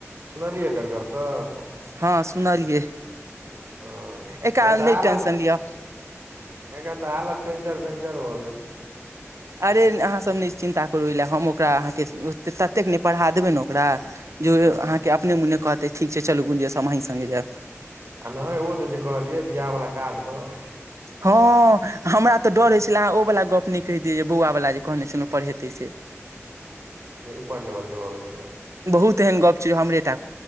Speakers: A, on the right (about 55°); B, on the right (about 75°).
A: सुनलियै एकर गप सप।
B: हँ सुनलियै।
A: हँ एकर
B: एक
A: तऽ
B: नहि
A: हालत
B: टेंशन लिअ
A: एकर तऽ हालत पेंचर पेचर भ गेलै।
B: अरे अहाँसब नै चिन्ता करू एहि लए हम ओकरा अहाँके ततेक नै पढ़ा देबै ने ओकरा। जे ओ
A: हँ
B: ई अहाँके अपने मोने कहतै ठीक छै चलू गुंजेशस हम अही संगे जायब।
A: आ नई ओ दऽ जे कहलियै बियाह वाला कार्ड दऽ।
B: हँ हमरा तऽ डर होइ छलै ओ। वला गप नै कहि दियै जे बौआ वला जे कहने छलौं पढ़ेतै से।
A: उपर लेवलके भऽ गेलै न।
B: बहुत एहन गप छै जे हमरेताक।